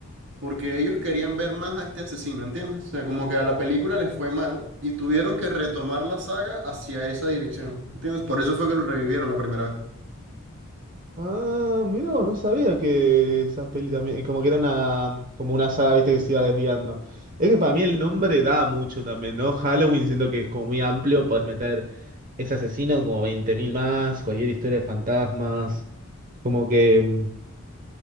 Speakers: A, on the right (about 60°); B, on the right (about 35°).
A: porque ellos querían ver más a este asesino, ¿entiendes? O sea, como que a la película les fue mal y tuvieron que retomar la saga hacia esa dirección, ¿entiendes? Por eso fue que lo revivieron la primera vez.
B: Ah, mirá, vos, no sabía que esas pelis también, como que era una, como una saga, viste, que se iba desviando. Es que para mí el nombre da mucho también, ¿no? Halloween siento que es como muy amplio, podés meter ese asesino como 20.000 más, cualquier historia de fantasmas, como que, mm,